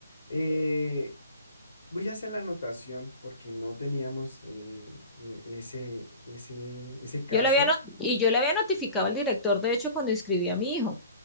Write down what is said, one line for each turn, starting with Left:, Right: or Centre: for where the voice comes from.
Left: eh, voy a hacer la anotación porque no teníamos eh, e- ese, ese, ese caso.
Centre: Yo le había no- y yo le había notificado al director, de hecho, cuando inscribí a mi hijo,